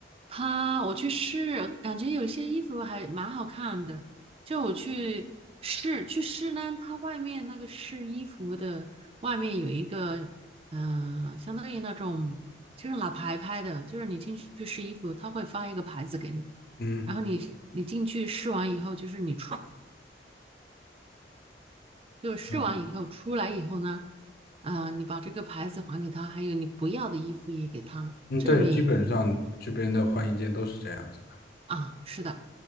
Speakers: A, on the right; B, on the left.
A: 他我去试，感觉有些衣服还蛮好看的。就我去试去试呢，它外面那个试衣服的外面有一个嗯、呃相当于那种就是拿牌牌的，就是你进去试衣服，他会发一个牌子给你。
B: 嗯
A: 然后你你进去试完以后，就是你出，就试完以后出来以后呢，
B: 嗯，
A: 啊、你把这个牌子还给他，还有你不要的衣服也给他，
B: 嗯对，
A: 就是你
B: 基本上这边的换衣间都是这样子的，
A: 啊，是的，